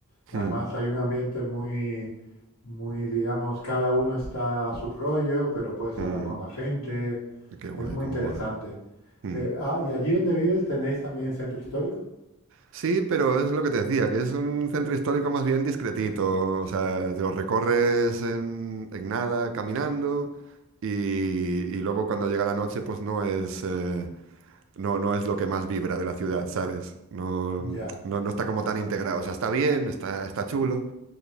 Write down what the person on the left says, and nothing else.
Además
hay un ambiente muy, muy, digamos, cada uno está a su rollo, pero puedes
hablar con la gente.
Es muy
interesante.
Eh, ah, ¿y allí donde vives tenéis también centro histórico?
Ya.